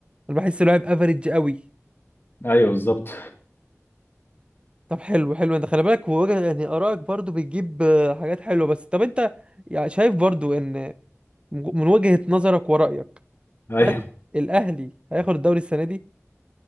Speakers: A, on the right (about 20°); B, on the left (about 45°).
A: انا بحسه لاعب افريج قوي
B: ايوه بالظبط
A: طب حلو حلو انت خلي بالك وجه يعني آرائك برضو بتجيب آه، حاجات حلوة بس طب انت يعني شايف برضو ان من وجهة نظرك ورأيك
B: ايوه
A: هل الأهلي هياخد الدوري السنة دي؟